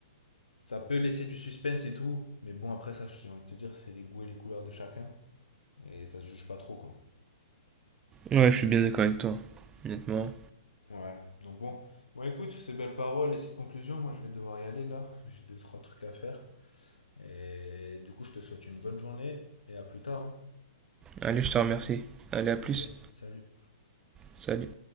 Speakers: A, on the left; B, on the right.
A: Ça peut laisser du suspense et tout. Mais bon, après ça, j'ai envie de te dire, c'est les goûts et les couleurs de chacun. Et ça se juge pas trop, quoi.
B: Ouais, je suis bien d'accord avec toi, honnêtement.
A: Ouais. Donc bon. Bon, écoute, sur ces belles paroles et cette conclusion, moi je vais devoir y aller là. J'ai deux, trois trucs à faire. Et du coup, je te souhaite une bonne journée et à plus tard. hein.
B: Allez, je te remercie. Allez, à plus.
A: Allez, salut.
B: Salut.